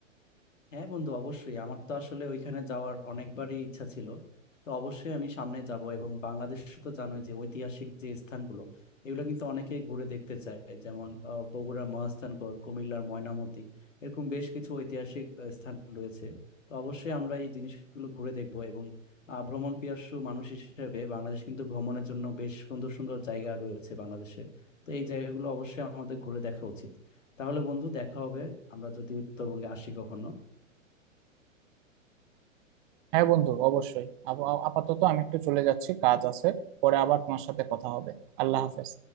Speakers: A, on the left (about 65°); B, on the right (about 40°).
A: হ্যাঁ বন্ধু অবশ্যই আমার তো আসলে ওইখানে যাওয়ার অনেকবারই ইচ্ছা ছিল তো অবশ্যই আমি সামনে যাব এবং বাংলাদেশ তো জানোই যে ঐতিহাসিক যে স্থানগুলো এগুলো কিন্তু অনেকে ঘুরে দেখতে চায় যেমন আহ, বগুড়ার মহাস্থানগড় কুমিল্লার ময়নামতি এরকম বেশ কিছু ঐতিহাসিক আহ, স্থান রয়েছে তো অবশ্যই আমরা এই জিনিসগুলো ঘুরে দেখব এবং আহ, ভ্রমণ পিপাসু মানুষ হিসেবে বাংলাদেশ কিন্তু ভ্রমণের জন্য বেশ সুন্দর সুন্দর জায়গা রয়েছে বাংলাদেশে তো এই জায়গাগুলো অবশ্যই আমাদের ঘুরে দেখা উচিত তাহলে বন্ধু দেখা হবে আমরা যদি উত্তরবঙ্গে আসি কখনো
B: হ্যাঁ বন্ধু অবশ্যই আপ- আপাতত আমি একটু চলে যাচ্ছি কাজ আছে পরে আবার তোমার সাথে কথা হবে আল্লাহ হাফেজ